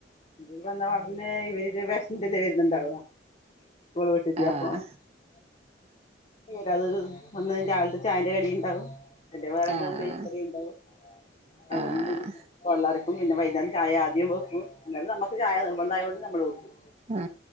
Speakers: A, on the left (about 40°); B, on the right (about 35°).
A: ഇ വന്ന വടന്ന് ഇവർക്ക് വിഷില്ല വരുന്നുണ്ടാവവാ സ്കൂള് വിട്ടിട്ട്
B: ആഹ്
A: അപ്പൊ <unintelligible> വരാത <unintelligible> വന്ന രാവിലത്തെ ചായന്റെ കടിയുണ്ടാവും. അല്ലെങ്കിൽ വേറെ എന്താ
B: ആഹ്
A: ബേക്കറി ഉണ്ടാവും. അങ്ങനെന്നു
B: ആഹ്
A: ണ്ട്. കൊള്ളറക്കും. പിന്നെ വൈകുന്നേരം ചായ ആദ്യം വെക്കും, എന്നാൽ നമുക്ക് ചായ നിർബന്ധമായത് കൊണ്ട് നമ്മൾ വെക്കും.
B: ആ,